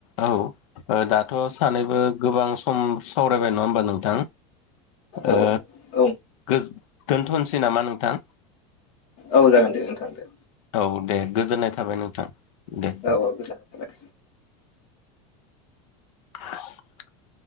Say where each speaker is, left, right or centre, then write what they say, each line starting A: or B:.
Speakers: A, on the left; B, on the left.
A: औ दाथ' सानैबो गोबां सम सावरायबाय नङा होमबा नों थां
B: औ
A: ओ
B: औ
A: गोज-दोनथ'सै नामा नोंथां?
B: औ जागोन दे नोंथां दे।
A: औ दे गोजोननाय थाबाय नोंथां दे।
B: औ गोजानाय थाबाय।
A: <inaudible>